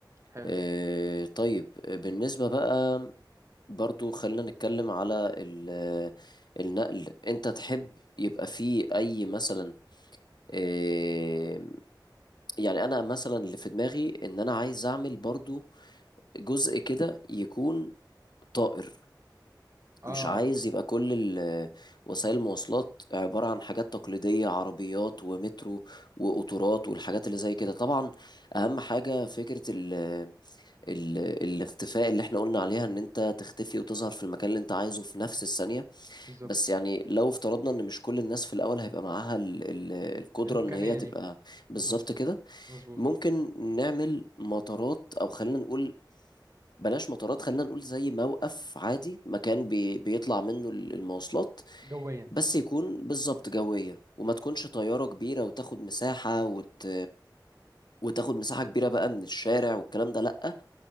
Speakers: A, on the right; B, on the left.
A: حلو
B: آه، طيب بالنسبة بقى برضو خلينا نتكلم على ال- النقل انت تحب يبقى فيه اي مثلا آه، يعني انا مثلا اللي في دماغي ان انا عايز اعمل برضو جزء كده يكون طائر
A: اه
B: مش عايز يبقى كل ال- وسائل المواصلات عبارة عن حاجات تقليدية عربيات ومترو وقطارات والحاجات اللي زي كده طبعا اهم حاجة فكرة ال ال الاختفاء اللي احنا قلنا عليها ان انت تختفي وتظهر في المكان اللي انت عايزه في نفس الثانية
A: بالظبط
B: بس يعني لو افترضنا ان مش كل الناس في الاول هيبقى معاها ال- ال- القدرة
A: الامكانية
B: ان هي تبقى
A: دي
B: بالظبط
A: مظبوط
B: كده
A: مظبوط
B: ممكن نعمل مطارات او خلينا نقول بلاش مطارات خلينا نقول زي موقف عادي مكان بي بيطلع منه ال- المواصلات
A: جويا
B: بس يكون بالظبط جوية وما تكونش طيارة كبيرة وتاخد مساحة وت وتاخد مساحة كبيرة بقى من الشارع والكلام ده لأ